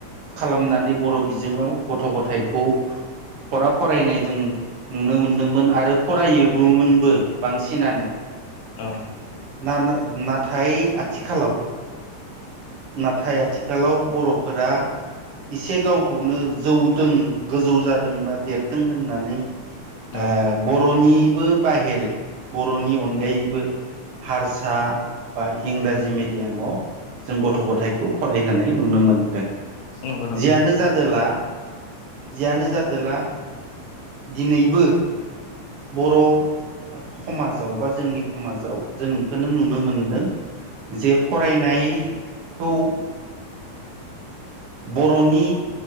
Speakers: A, on the right (about 50°); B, on the left (about 75°).
A: खालामनानै बर' बिजोंङाव गथ' गथायखौ फरा फरायनाय जों नुनो मोनदोंमोन आरो फरायोबोमोनबो बांसिनानो
B: औ
A: नाथाय आथिखालाव नाथाय आथिखालाव बर'फोरा एसे गावखौनो जौदों गोजौ जादों बा देरदों होननानै ओ
B: औ
A: बर'निबो बाहेरै बर'नि अनगायैबो हारसा बा इंराजि मिडियामाव जों गथ' गथायखौ फरायहोनाय नुनो मोनदों।
B: नंगौ नंगौ
A: जियानो जादोला जियानो जादोंला दिनैबो बर' समाजाव बा जोंनि समाजाव जों बेखौनो नुनो मोनदों जे फरायनायखौ बर'नि